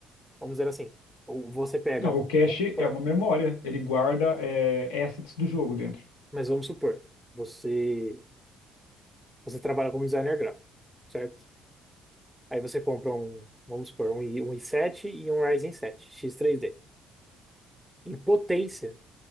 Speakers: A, in the centre; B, on the left.
A: Vamos dizer assim. Ou Você pega,
B: Não,
A: vamos
B: o cache
A: supor,
B: é uma memória. Ele guarda é, assets do jogo dentro.
A: mas vamos supor, você você trabalha como designer gráfico, certo? Aí você compra um, vamos supor, um, i- um i7 e um Ryzen 7 x três d Em potência,